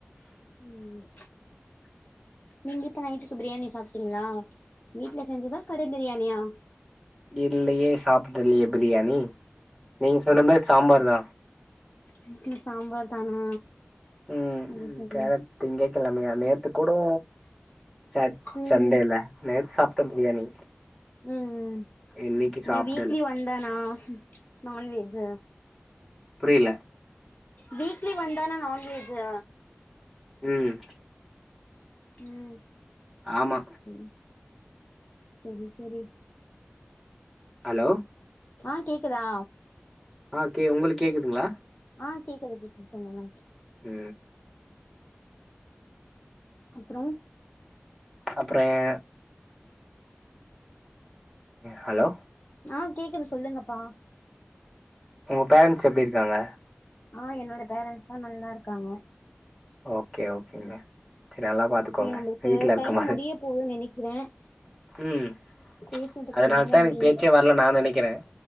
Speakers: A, on the left; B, in the centre.
A: ம் நீங்க இப்ப நைட்டுக்கு பிரியாணி சாப்ட்டீங்ளா வீட்ல செஞ்சதா கட பிரியாணியா
B: இல்லயே சாப்பிடலயே பிரியாணி நீங்க சொன்ன மேரி சாம்பார் தா
A: இங்கியு சாம்பார் தானா
B: ம்
A: சரி சரி
B: கேரத்து திங்ககிழமையா நேத்து கூடோ செட்
A: ம்
B: சண்டேல நேத்து சாப்பிட்டே பிரியாணி
A: ம் ம்
B: இன்னைக்கு சாப்டல
A: ஏ வீக்லி ஒன்தானா நான்வெஜு
B: புரில
A: வீக்லி ஒன்தானா நான்வெஜு
B: ம்
A: ம்
B: ஆமா
A: செரி செரி செரி
B: ஹலோ
A: ஆ கேக்குதா
B: ஆ கே உங்களுக்கு கேக்குதுங்ளா
A: ஆ கேக்குது கேக்குது சொல்லுங்க
B: க
A: அப்றோ
B: அப்றொ ஏ ஹலோ
A: ஆ கேக்குது சொல்லுங்கப்பா
B: உங்க பேரண்ட்ஸ் எப்டி இருக்காங்க
A: ஆ என்னோட பேரண்ட்ஸ் நல்லா இருக்காங்க
B: ஓகே ஓகேங்க சரி நல்லா பாத்துக்கோங்க
A: ஓகே நம்மளுக்கு
B: வீட்ல இருக்க
A: டைம்
B: போத
A: முடிய போதுன்னு நெனைக்கிறே
B: ம்
A: பேசுனதுக்கு
B: அதனால
A: ரொம்ப
B: தா
A: நன்றி
B: எனக்கு பேச்சே வரல நா நினைக்கிறே